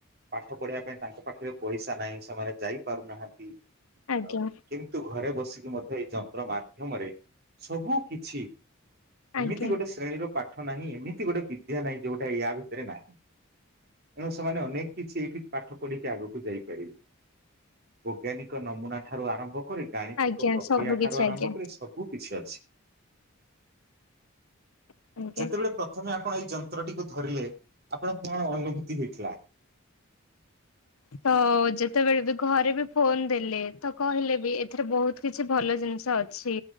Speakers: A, on the right; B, on the left.
A: ପାଠ ପଢିବା ପାଇଁ ତାଙ୍କ ପାଖରେ ପଇସା ନାହିଁ ସେମାନେ ଯାଇ ପାରୁନାହାନ୍ତି
B: ଆଜ୍ଞା
A: ଆଉ କିନ୍ତୁ ଘରେ ବସି ଯେ ମଧ୍ୟ ଏଇ ଯନ୍ତ୍ର ମାଧ୍ୟମରେ ସବୁ କିଛି ଏମିତି
B: ଆଜ୍ଞା
A: ଗୋଟେ
B: ଆଜ୍ଞା
A: ଶ୍ରେଣୀର ପା ପାଠ ନାହିଁ ଏମିତି ଗୋଟେ ବିଦ୍ୟା ନାହିଁ ଯୋଉଟା ୟା ଭିତରେ ନାହିଁ। ଏଣୁ ସେମାନେ ଅନେକ କିଛି ଏଇଠି ପାଠ ପଢିକି ଆଗକୁ ଯାଇପାରିବେ। ବୈଜ୍ଞାନିକ ନମୁନା ଠାରୁ ଆରମ୍ଭ କରି ଗାଣିତକ
B: ଆଜ୍ଞା
A: ପ୍ରକ୍ରିୟା
B: ସବୁ
A: ଠାରୁ
B: କିଛି
A: ଆରମ୍ଭ
B: ଆଜ୍ଞା
A: କରି ସବୁ କିଛି ଅଛି।
B: ଆଜ୍ଞା।
A: ଯେତେବେଳେ ପ୍ରଥମେ ଆପଣ ଏଇ ଯନ୍ ନ୍ତ୍ର ଟିକୁ ଧରିଲେ ଆପଣ କଣ ଅନୁଭୂତି ହେଇଥିଲା?
B: ତ ଯେତେବେଳେ ବି ଘରେ ବି ଫୋନ ଦେଲେ ତ କହିଲେ ବି ଏଥିରେ ବହୁତ କିଛି ଭଲ ଜିନିଷ ଅଛି